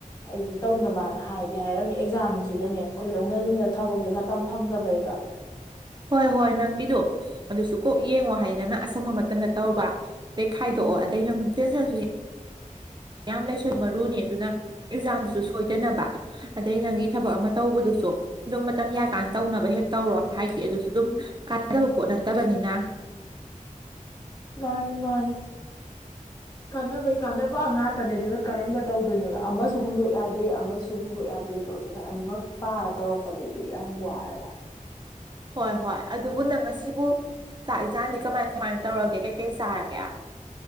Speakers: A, on the left; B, on the right.
A: ꯑꯩꯖꯨ ꯇꯧꯅꯕꯅ ꯍꯥꯏꯗꯤ ꯍꯥꯏꯔꯝꯃꯤ ꯑꯦꯛꯖꯥꯝꯁꯤꯒꯅꯦ ꯈꯣꯏꯌꯧꯅꯁꯤꯗ ꯊꯕꯛꯁꯦ ꯃꯇꯝ ꯐꯪꯗꯕꯩꯕ
B: ꯍꯣꯏ ꯍꯣꯏ ꯅꯪꯒꯤꯗꯣ ꯑꯗꯨꯁꯨ ꯀꯣꯛ ꯌꯦꯡꯉꯣ ꯍꯥꯏꯗꯤ ꯅꯪꯅ ꯑꯁꯪꯕ ꯃꯇꯝꯗ ꯇꯧꯕ ꯑꯩ ꯈꯥꯏꯗꯣꯛꯑꯣ
A: ꯎꯝ
B: ꯑꯗꯩ ꯅ ꯑꯃꯨꯛ ꯇꯦꯟꯁꯟꯁꯨ ꯌꯥꯝ ꯂꯩꯁꯟ ꯃꯔꯨꯅꯦ ꯑꯗꯨꯅ ꯑꯦꯛꯖꯥꯝꯁꯨ ꯁꯣꯏꯗꯅꯕ ꯑꯗꯩ ꯅꯪꯒꯤ ꯊꯕꯛ ꯑꯃ ꯇꯧꯕꯗꯨꯁꯨ ꯑꯗꯨꯝ ꯃꯇꯝ ꯌꯥꯀꯥꯟꯗ ꯇꯧꯅꯕ ꯍꯦꯛ ꯇꯧꯔꯣ ꯍꯥꯏꯗꯤ ꯑꯗꯨꯁꯨ ꯑꯗꯨꯝ ꯀꯥꯟꯅꯗꯕ ꯄꯣꯠ ꯅꯠꯇꯕꯅꯤꯅ
A: ꯃꯥꯅꯦ ꯃꯥꯅꯦ ꯀꯥꯟꯅꯕꯩ ꯀꯥꯟꯅꯕ ꯉꯥꯛꯇꯅꯦ ꯑꯗꯨꯅ ꯀꯔꯝꯕ ꯇꯧꯗꯣꯏꯅꯣꯅ ꯑꯃꯁꯨ ꯍꯨꯟꯗꯣꯛ ꯌꯥꯗꯦ ꯑꯃꯁꯨ ꯍꯨꯟꯗꯣꯛ ꯌꯥꯗꯦꯗꯣ ꯑꯗꯨꯅ ꯑꯅꯤꯃꯛ ꯄꯥꯔ ꯇꯧꯔꯛꯄꯗꯨꯗꯤ ꯌꯥꯝ ꯋꯥꯔꯕ
B: ꯍꯣꯏ ꯍꯣꯏ ꯑꯗꯨꯕꯨ ꯅꯪ ꯉꯁꯤꯕꯨ ꯆꯥꯛ ꯏꯟꯖꯥꯟꯗꯤ ꯀꯃꯥꯏ ꯀꯃꯥꯏ ꯇꯧꯔꯒꯦ ꯀꯩ ꯀꯩ ꯆꯥꯔꯒꯦ